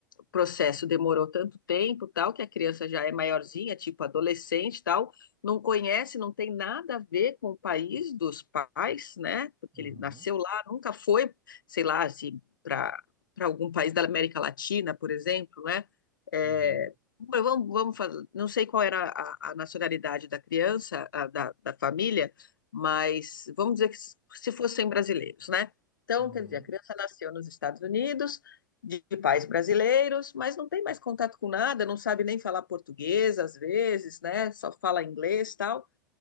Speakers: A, on the left; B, on the right.
A: processo demorou tanto tempo, tal, que a criança já é maiorzinha, tipo adolescente, tal, não conhece, não tem nada a ver com o país dos pais, né? Porque
B: Uhum.
A: ele nasceu lá, nunca foi, sei lá, assim, para para algum país da América Latina, por exemplo, né? É,
B: Uhum.
A: mas vamos, vamos fazer, não sei qual era a, a nacionalidade da criança, a da, da família, mas vamos dizer que se fossem brasileiros, né? Então,
B: Uhum.
A: quer dizer, a criança nasceu nos Estados Unidos, de pais brasileiros, mas não tem mais contato com nada, não sabe nem falar português às vezes, né? Só fala inglês e tal.